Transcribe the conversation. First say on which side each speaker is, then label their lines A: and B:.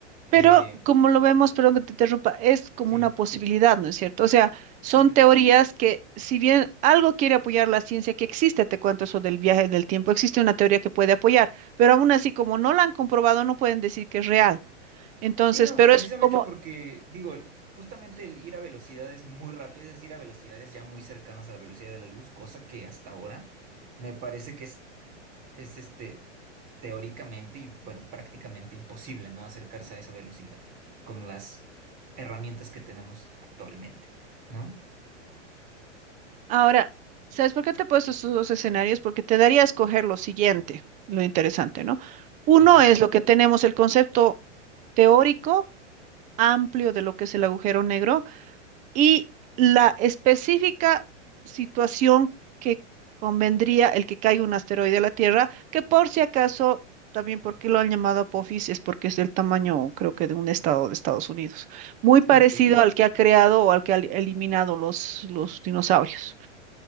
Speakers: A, on the right; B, on the right.
A: Eh,
B: Pero como lo vemos, perdón que te interrumpa, es como
A: sí,
B: una posibilidad, ¿no es cierto? O sea, son
A: sí, claro.
B: teorías que, si bien algo quiere apoyar la ciencia que existe, te cuento eso del viaje del tiempo, existe una teoría que puede apoyar, pero aún así, como no la han comprobado, no pueden decir que es real. Entonces,
A: Sí, no,
B: pero
A: precisamente
B: es como
A: porque, digo, justamente el ir a velocidades muy rápidas es ir a velocidades ya muy cercanas a la velocidad de la luz, cosa que hasta ahora me parece que es, es este, teóricamente y bueno, prácticamente imposible, ¿no? Acercarse a esa velocidad con las herramientas que tenemos actualmente, ¿no?
B: Ahora, ¿sabes por qué te he puesto estos dos escenarios? Porque te daría a escoger lo siguiente, lo interesante, ¿no? Uno
A: Ok.
B: es lo que tenemos el concepto teórico amplio de lo que es el agujero negro y la específica situación que convendría el que caiga un asteroide a la Tierra, que por si acaso, también porque lo han llamado Apophis, es porque es del tamaño, creo que de un estado de Estados Unidos, muy parecido
A: Ok. <laughs>
B: al que ha creado o al que ha eliminado los, los dinosaurios.